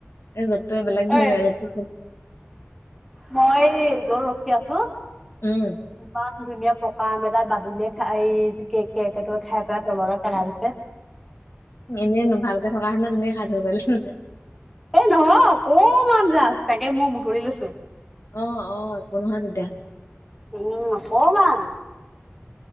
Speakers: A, on the left; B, in the centre.
A: এ ৰ'দটোৱে বেলেগ ধৰিলে
B: ঐ
A: ৰ'দটো
B: মই গলো আছো
A: উম।
B: ইমান ধুনীয়া পকা আম এটা বাদুলিয়ে খাই এই কেৰ কেৰ্কেটুৱা খাই পেলাই তললে পেলাই দিছে
A: এনেইনো ভালকে থকা কাৰণে তুমি খাই থব পাৰিলা নে
B: এ নহয় অকমান জাজ তাকে মই বুতলি লৈছো
A: অ অ একো নহয় তেতিয়াহ'লে
B: উ অকমান